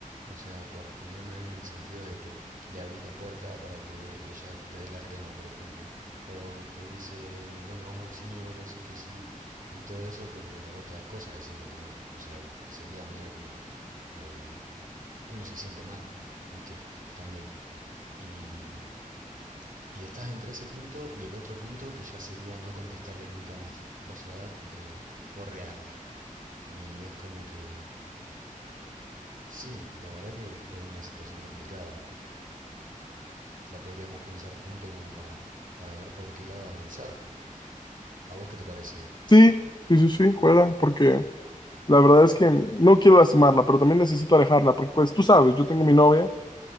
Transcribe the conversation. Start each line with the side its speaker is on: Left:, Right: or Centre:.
Right: o sea, correspondiéndole en el sentido de que le abrís la puerta para que ella te dé la crema, por ejemplo, o te dice, bueno, vamos al cine y vos le decís que sí y todo eso porque a vos te da cosa decirle que no, o sea, sería medio como eh, uno se siente mal, ¿viste? También. Y, y estás entre ese punto y el otro punto que ya sería no contestarle nunca más. O sea, eh, forrearla. Y es como que, sí, la verdad que es una situación complicada. La podríamos pensar junto como para, para ver por qué lado avanzar. ¿A vos qué te parece?
Left: Sí, sí, sí, sí, juega, porque la verdad es que no quiero lastimarla, pero también necesito alejarla, porque pues tú sabes, yo tengo mi novia.